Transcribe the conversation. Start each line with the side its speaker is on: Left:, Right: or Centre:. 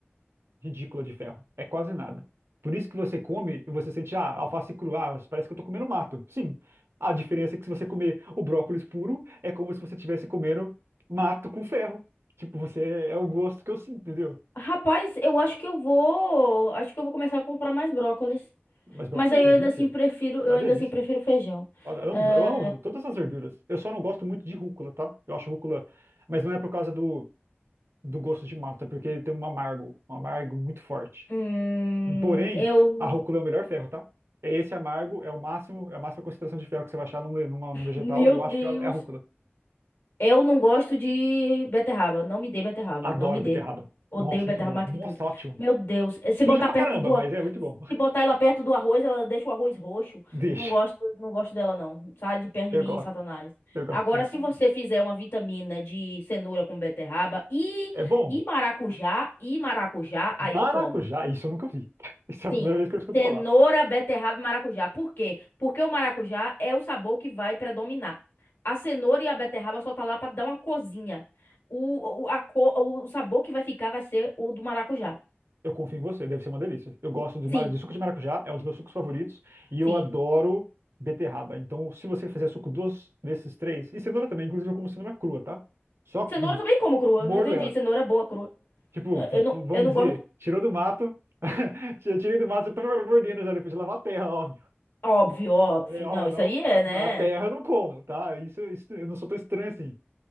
Right: ridícula de ferro. É quase nada. Por isso que você come e você sente, ah, alface crua, ah, parece que eu tô comendo mato. Sim. A diferença é que se você comer o brócolis puro, é como se você estivesse comendo mato com ferro. Tipo, você é o gosto que eu sinto, entendeu?
Left: Rapaz, eu acho que eu vou. Acho que eu vou começar a comprar mais brócolis.
Right: Mas brócolis
Left: Mas aí
Right: é
Left: eu
Right: uma delícia.
Left: ainda assim prefiro, eu
Right: É uma
Left: ainda
Right: delícia.
Left: assim prefiro feijão.
Right: Olha, eu amo,
Left: É,
Right: eu amo todas as verduras. Eu só não gosto muito de rúcula, tá? Eu acho rúcula, mas não é por causa do, do gosto de massa, é porque tem um amargo, um amargo muito forte.
Left: hum,
Right: Porém,
Left: eu.
Right: a rúcula é o melhor ferro, tá? É Esse amargo é o máximo, é a máxima concentração de ferro que você vai achar num, le- numa- num vegetal.
Left: Meu
Right: Eu acho
Left: Deus.
Right: que é a é a rúcula.
Left: Eu não gosto de beterraba. Não me dê beterraba.
Right: Adoro
Left: Não me dê.
Right: beterraba.
Left: Odeio
Right: Nossa,
Left: beterraba
Right: muito bom.
Left: mais
Right: Nossa,
Left: do que tudo.
Right: ótimo.
Left: Meu Deus. eh, Se
Right: Suja
Left: botar
Right: pra
Left: perto
Right: caramba,
Left: do,
Right: mas
Left: ar-
Right: é muito bom.
Left: se botar ela perto do arroz, ela deixa o arroz roxo.
Right: <laughs> Deixa.
Left: Não gosto, não gosto dela, não. Sai de perto de
Right: Eu
Left: mim,
Right: gosto.
Left: Satanás.
Right: Eu gosto.
Left: Agora,
Right: de-
Left: se você fizer uma vitamina de cenoura com beterraba e,
Right: É bom.
Left: e maracujá, e maracujá, aí
Right: Maracujá,
Left: eu tomo.
Right: isso eu nunca vi. <laughs> Isso é a
Left: Sim,
Right: primeira vez que eu escuto
Left: cenoura,
Right: falar.
Left: beterraba e maracujá. Por quê? Porque o maracujá é o sabor que vai predominar. A cenoura e a beterraba só tá lá para dar uma cozinha. O, o, a cor, o sabor que vai ficar vai ser o do maracujá.
Right: Eu confio em você, deve ser uma delícia. Eu gosto de,
Left: Sim,
Right: mara- de suco de maracujá, é um dos meus sucos favoritos, e eu
Left: sim.
Right: adoro beterraba. Então, se você fizer suco dos, desses três, e cenoura também, inclusive eu como cenoura crua, tá? Só
Left: Cenoura eu também como crua,
Right: mordo
Left: não entendi.
Right: ela.
Left: Cenoura é boa crua.
Right: Tipo,
Left: Eh,
Right: p-
Left: Eu
Right: p-
Left: não,
Right: vamos
Left: eu não
Right: dizer,
Left: gosto.
Right: tirou do mato, <laughs> ti- tirei do mato, eu tô mordendo já depois de lavar a terra, óbvio.
Left: Óbvio, óbvio.
Right: Falei, Ó,
Left: Não, isso
Right: não,
Left: aí é, né?
Right: não, a terra eu não como, tá? Isso, isso, eu não sou tão estranho assim.